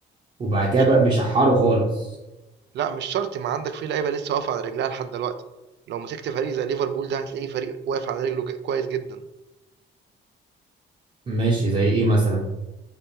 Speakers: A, on the right; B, on the right.
A: وبعد كده
B: مش
A: بقى بيشحروا خالص
B: لأ مش شرط، ما عندك في لعيبة لسه واقفة على رجلها لحد دلوقتي، لو مسكت فريق زي ليفربول ده هتلاقيه فريق واقف على رجله ج كويس جدًا.
A: ماشي زي ايه مثلا